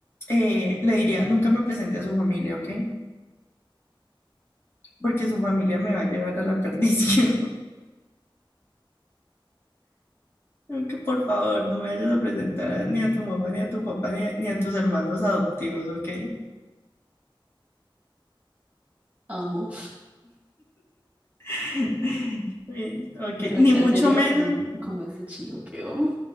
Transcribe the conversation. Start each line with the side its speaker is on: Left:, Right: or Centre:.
Left: eh, le diría, nunca me presente a su familia, ¿ok? Porque su familia me va a llevar a la <laughs> perdición. Creo que por favor no me vayas a presentar a- ni a tu mamá, ni a tu papá, ni a, ni a tus hermanos adoptivos, ¿ok?
Right: Amo.
Left: <laughs> Sí, Ok,
Right: Mi reacción
Left: ni mucho
Right: sería
Left: menos,
Right: como, como ese chino que amo,